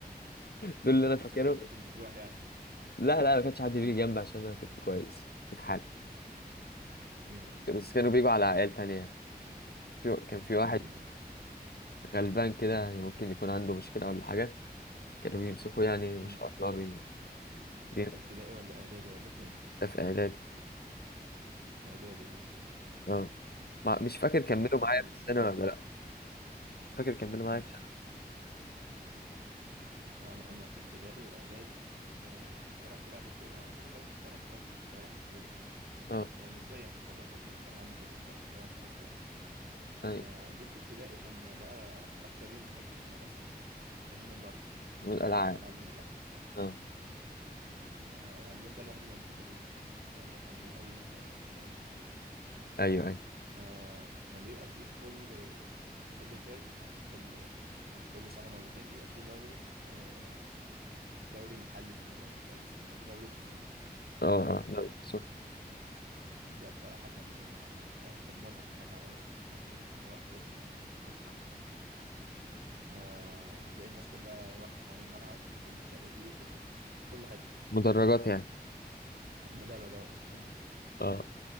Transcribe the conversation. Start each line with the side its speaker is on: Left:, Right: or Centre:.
Left: دول اللي
Right: عشان
Left: انا فاكره
Right: كده ما كنتش بتروح يعني
Left: لا لا ما كانش حد بيجي جنبي عشان انا كنت كويس كنت في حالي
Right: مم. مم.
Left: بس كانوا بيجوا على عيال تانية في كان في واحد
Right: ايوه ايوه
Left: غلبان كده يعني ممكن يكون عنده مشكلة ولا حاجة كانوا بيمسكوه يعني
Right: مم.
Left: ما شاء الله بي...
Right: ده
Left: بي...
Right: في ابتدائي ولا اعدادي ولا فين
Left: ده في إعدادي
Right: في اعدادي اه
Left: اه ما... مش فاكر كملوا
Right: التنمر
Left: معايا في
Right: بصراحة
Left: السنة ولا لا مش فاكر كملوا
Right: مم.
Left: معايا في السنة
Right: انا انا في ابتدائي واعدادي آه كنت بدأت لعب كورة انا كده كده كنت بلعب كورة في الشارع كتير
Left: اه
Right: فنسبيا تقدر تقول كده كان عندي فكرة شوية أو كنت بعرف ألعب شوية
Left: أي.
Right: آه جيت في ابتدائي كنا بقى أكتر يوم بحبه في المدرسة كان يوم الأربعاء عشان
Left: والألعاب
Right: حصة الألعاب يوم الأربعاء
Left: اه
Right: <laughs> آه يعني اليوم ده الوحيد اللي ما كنتش أغيبه يعني فاهم لو هغيب أي يوم تاني اليوم ده ما كنتش أغيبه
Left: ايوه ايوه
Right: آه كان بيبقى فيه في كل في كل ترم أو في كل يعني في كل سنة مرتين بيبقى فيه دوري آه دوري محلي في المدرسة مش عارف بيسموه ده- دوري الفصول
Left: اه اه
Right: <laughs>
Left: لا، بس هو
Right: ده بصراحة كان آه، فاهم كان متعة متعة قوي يعني كان وقت الفسحة آه بتلاقي الناس كلها واقفة حوالين الملعب وفي الشبابيك وفي ال... في كل حتة
Left: مدرجات يعني
Right: مدرجات <laughs>
Left: اه